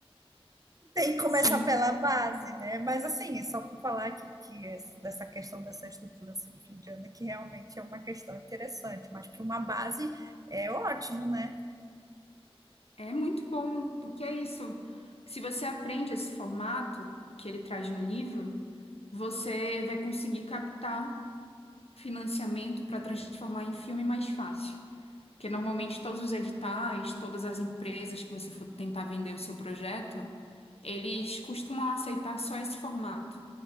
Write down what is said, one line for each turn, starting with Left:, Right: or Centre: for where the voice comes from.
Right: Tem que começar
Left: Sim,
Right: pela base, né? Mas assim, só para falar que, que esse- dessa questão dessa estrutura assim, de fim de ano, que realmente é uma questão interessante, mas para uma base é ótimo, né?
Left: é muito bom, porque é isso. Se você aprende esse formato que ele traz no livro, você vai conseguir captar financiamento para transformar em filme mais fácil. Porque normalmente todos os editais, todas as empresas que você for tentar vender o seu projeto, eles costumam aceitar só esse formato.